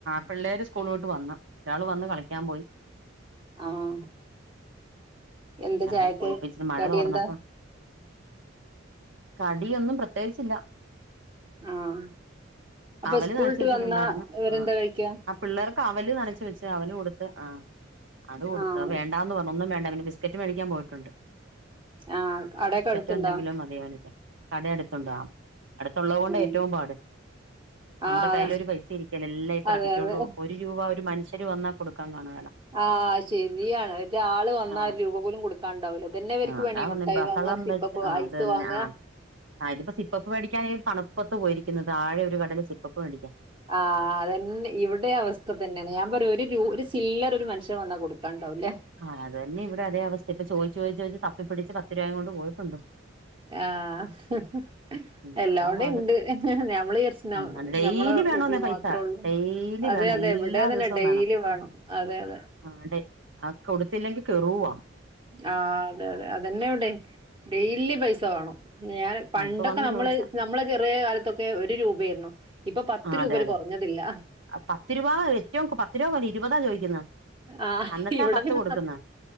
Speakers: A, on the right; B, on the right.
A: പിള്ളേര് സ്കൂള് വിട്ട് വന്ന് ഒരാള് വന്ന് കളിക്കാൻ പോയി
B: ആഹ് എന്താ
A: ഇറങ്ങി
B: ചായക്ക്
A: പോയപ്പോ ഇച്ചിരി മഴ
B: കടി
A: തോർന്നപ്പൊ
B: എന്താ
A: കടിയൊന്നും പ്രത്യേകിച്ചില്ല
B: ആഹ് അപ്പൊ
A: അവല്
B: സ്കൂളിട്ട്
A: നനച്ച് വെച്ചിട്ടുണ്ടായിരുന്നു
B: വന്നാ ഇവരെന്താ
A: ആഹ്
B: കഴിക്കാ
A: ആഹ് പിള്ളേർക്ക് അവല് നനച്ച് വെച്ച് അവല് കൊടുത്ത് ആഹ് അത് കൊടുത്ത്
B: ആഹ്
A: അത് വേണ്ടാന്ന് പറഞ്ഞ് ഒന്നും വേണ്ട പിന്നെ ബിസ്ക്കറ്റ് മേടിക്കാൻ പോയിട്ടുണ്ട്
B: ആഹ് അവിടെക്കെ
A: ബിസ്ക്കറ്റോ
B: അടുത്തുണ്ടോ
A: എന്തെങ്കിലും മതിയാവുലെ കട അടുത്തുണ്ടോ അടുത്തുള്ളത് കൊണ്ടാ
B: ഉം
A: ഏറ്റവും പാട് നമ്മുടെ
B: ആഹ്
A: കയ്യിലൊരു
B: അതാ
A: പൈസ ഇരിക്കേല എല്ലാം ഈ പെറുക്കിക്കൊണ്ട്
B: അതെ അതെ
A: പോകും ഒരു രൂപ ഒരു മനുഷ്യര് വന്നാ കൊടുക്കാൻ കാണുകേല
B: ആഹ് ശരിയാണ് ഒരാള് വന്നാ
A: ആഹ്
B: ഒര് രൂപ പോലും കൊടുക്കാൻ ഉണ്ടാവൂല ഇത് തന്നെ ഇവര്ക്ക്
A: ആഹ് അതാ
B: പണി
A: പറഞ്ഞെ
B: മുട്ടായി
A: ബഹളം
B: വാങ്ങാ സിപ്
A: വെച്ച്
B: പ്പ്
A: ആഹ്
B: ഐസ്
A: അത് തന്നെ
B: വാങ്ങ
A: ആഹ് ആഹ് ഇതിപ്പോ സിപ്പ് അപ്പ്‌ മേടിക്കാൻ ഈ തണുപ്പത്ത് പോയിരിക്കുന്നത് താഴെ ഒരു കടേല് സിപ്പ് അപ്പ്‌ മേടിക്കാൻ
B: ആഹ് അതെന്നെ ഇവിടെയും അവസ്ഥ ഇത് തന്നെയാണ് ഞാൻ പറയും ഒരു രൂ ഒര് ചില്ലറ ഒരു മനുഷ്യൻ വന്നാ കൊടുക്കാൻ ഉണ്ടാവൂല്ല
A: ആഹ് അത് തന്നെ ഇവിടെ അതേ അവസ്ഥ ഇപ്പൊ ചോദിച്ച് ചോദിച്ച് ചോദിച്ച് തപ്പിപ്പിടിച്ച് പത്ത് രൂപയും കൊണ്ട് പോയിട്ടുണ്ട്
B: ആഹ്
A: ഉം
B: എല്ലോടെം
A: അതാ പാട്
B: ഇണ്ട് ഞമ്മള് വിചാരിച്ച്
A: ഉം ഡെയിലി
B: ഞമ്മളെ
A: വേണോന്നേ
B: വീട്ടിൽ
A: പൈസ
B: മാത്രേ ഉള്ളൂ
A: ഡെയിലി
B: അതെ
A: വേണം
B: അതെ
A: എല്ലാ
B: ഇവിടെ അത് തന്നെ
A: ദിവസവും
B: ഡെയിലി വേണം അതെ അതെ
A: ആഹ് ഡെ ആഹ് കൊടുത്തില്ലെങ്കി കെറുവാ
B: ആഹ് അതെ അതെ അതന്നെ ഇവിടെയും ഡെയിലി പൈസ സ വേണം ഞാൻ പണ്ടൊക്കെ
A: ആഹ് ഇപ്പൊ വന്ന്
B: നമ്മള്
A: ചോദിച്ച
B: നമ്മളെ ചെറിയ കാലത്തൊക്കെ ഒരു രൂപയേര്ന്നു ഇപ്പം പത്ത്
A: ആഹ്
B: രൂപയിൽ
A: അതെ അതെ
B: കുറഞ്ഞതില്ല
A: പത്ത് രൂപ ഏറ്റവും പത്ത് രൂപ പോല ഇരുപതാ ചോയിക്കുന്നെ
B: ആഹ്
A: അന്നിട്ടാ
B: ഇവിടെ
A: പത്ത്
B: പിന്നെ
A: കൊടുക്കുന്ന്
B: പ